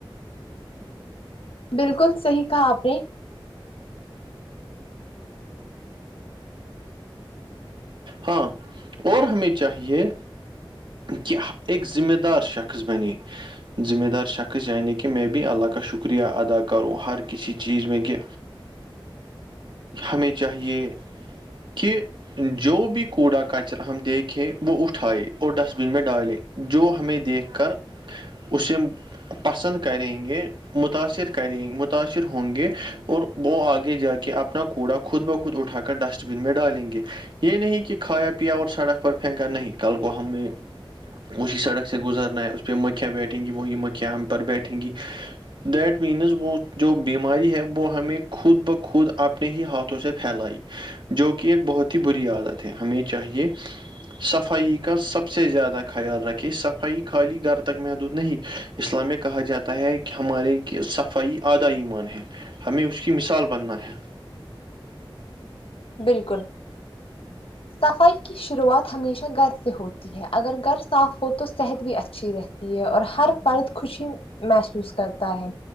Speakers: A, on the left; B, on the right.
A: بالکل صحیح کہا آپ نے
B: ہاں اور ہمیں چاہیے کہ اک ایک ذمہ دار شخص بنے ذمہ دار شخص یعنی کہ میں بھی اللہ کا شکریہ ادا کروں ہر کسی چیز میں کہ ہمیں چاہیے کہ جو بھی کوڑا کچرا ہم دیکھے وہ اٹھائے اور ڈسٹبن میں ڈالے جو ہمیں دیکھ کر اسے پسند کریں گے متاثر کریں متاثر ہوں گے اور وہ آگے جا کے اپنا کوڑا خود بخود اٹھا کر ڈسٹ بین میں ڈالیں گے یہ نہیں کہ کھایا پیا اور سڑک پر پھینکا نہیں کل کو ہم نے اسی سڑک سے گزرنا ہے اس پہ مکھیاں بیٹھیں گی وہی مکھیا ہم پر بیٹھیں گی دیٹ مینز وہ جو بیماری ہے وہ ہمیں خود بخود اپنے ہی ہاتھوں سے پھیلائی جو کہ ایک بہت ہی بری عادت ہے ہمیں چاہیے صفائی کا سب سے زیادہ خیال رکھے صفائی خالی گھر تک محدود نہیں اسلامیہ کہا جاتا ہے کہ ہمارے کی صفائی ادائی ایمان ہے ہمیں اس کی مثال بننا ہے
A: بالکل صفائی کی شروعات ہمیشہ گھر سے ہوتی ہے ہے اگر گھر صاف ہو تو صحت بھی اچھی رہتی ہے اور ہر فرد خوشی محسوس کرتا ہے